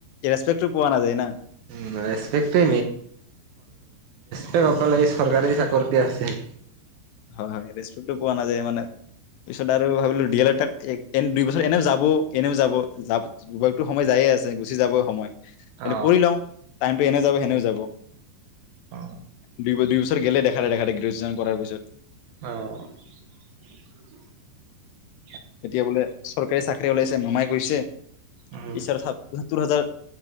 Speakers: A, on the left; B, on the right.
A: ৰেচপেক্টো পোৱা নাযায় না।
B: উম ৰেচপেক্টটোৱে এই সকল এই চৰকাৰী <unintelligible> আছেই
A: হয় হয় ৰেস্পেক্টো পোৱা নাযায় মানে পিছত আৰু ভাবিলো দিল এটাত এন দুই বছৰ এনেও যাব এনেও যাব য যতো সময় যায়ে আছে গুচি যাবই সময়। এনে
B: অ
A: কৰিলওঁ। টাইমটো এনেও যাব সেনেও যাব।
B: অ
A: দুইব দিউচ্। <unintelligible> গ্ৰেজুচন কৰাৰ পিছত।
B: অহ।
A: এতিয়া বোলে চৰকাৰী চাক ওলাইছে মামাই কৈছে।
B: উম।
A: টি চাৰট সত্তৰ হাজাৰ